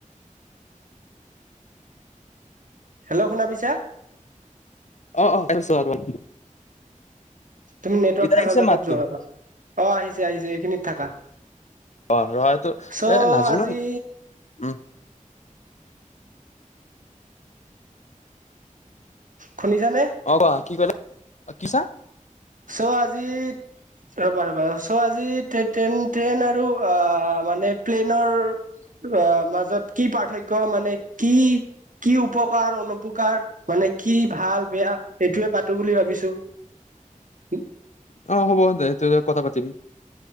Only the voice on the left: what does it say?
<unintelligible>
অ অছো আৰু।
এতিয়া
আহিছে
মাততো
অ ৰহটো
এ নাজানো
উম
অ কোৱা, কি কলা, কি চা?
<unintelligible>
অ হ'বহতে কথা পাতিম।